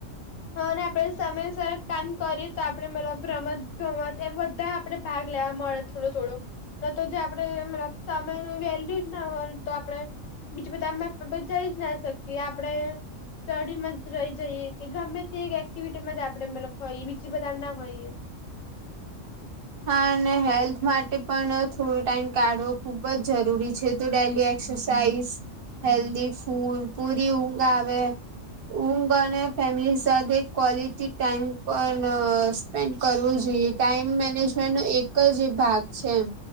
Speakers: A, on the left (about 70°); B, on the right (about 50°).
A: હ અને આપણેે સમય સર કામ કરીએ તો આપડે મતલબ રમત ગમત એ બધા આપડે ભાગ લેવા મળે તો થોડો થોડો ન તો જે આપડે સમય નું વેલ્યુ ના હોય તો આપડે બીજું બધા અમે જઈ જ ના શકીએ આપડે સ્ટડીમાં જ રહી જઈએ કે ગમે તે એક એક્ટિવિટીમાં જ આપણેે મતલબ હોય બીજી બધા ના હોઈએ
B: હા અને હેલ્થ માટે પણ થોડો ટાઈમ કાઢવો ખુબ જ જરૂરી છે તો ડેલી આઈ એક્સરસાઇઝ હેલ્ધી ફૂડ પૂરી ઊંઘ આવે ઊંઘ અને ફેમિલી સાથે કોલિટી ટાઈમ પણ સ્પેન્ડ કરવો જોઈએ ટાઈમ મેનેજમેન્ટ નો એક જ એ ભાગ છે એમ